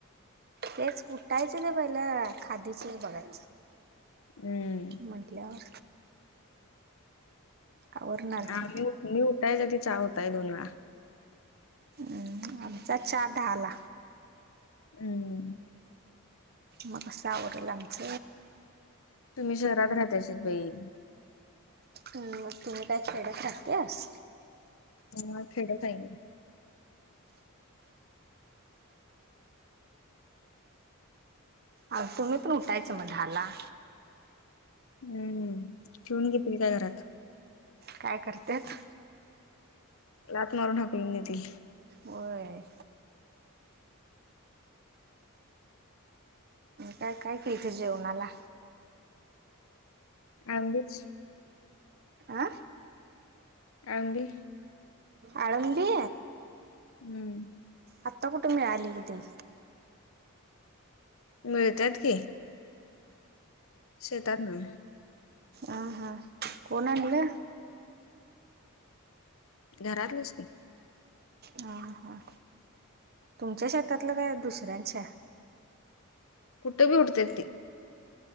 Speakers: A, on the right; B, on the left.
A: तेच उठायचं ते पहिलं खादीच बघायचं
B: हम्म
A: म्हटल्यावर आवरणार
B: ह
A: की
B: मी, मी उठाय त्या ती चा होताय दोन वेळा
A: हम्म, आमचा चा दहाला
B: हम
A: म कस आवरल आमच
B: तुम्ही शहरात राहतासा बाई
A: ग तुम्ही काय खेड्यात राहात्यास
B: म खेडच हाय की
A: अग तुम्ही पण उठायचं म धाला
B: हम्म ठेवून घेततील काय घरात
A: काय करत्यात
B: लात मारून हाकलून देतील
A: होय काय, काय केलं ती जेवणाला
B: आमबीच
A: आ
B: काय म्हणली
A: आळंबी
B: हम्म
A: आत्ता कुठे मिळाली ग ती
B: मिळत्यात की शेतातून
A: अ हा कोण आणलं
B: घरातलेच की
A: ह, ह, ह तुमच्या शेतातलं काय दुसऱ्यांच्या
B: कुठं बी उठत्यात ती